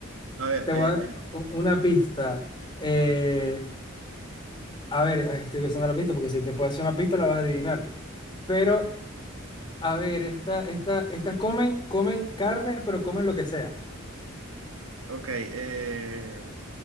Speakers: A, on the right; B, on the left.
A: A ver,
B: te
A: eh,
B: voy a dar u- una pista. Eh, A ver, ay, estoy pensando la pista porque si te puedo hacer una pista la vas a adivinar. Pero, a ver, esta, esta, estas comen, comen carne, pero comen lo que sea.
A: ok. eh,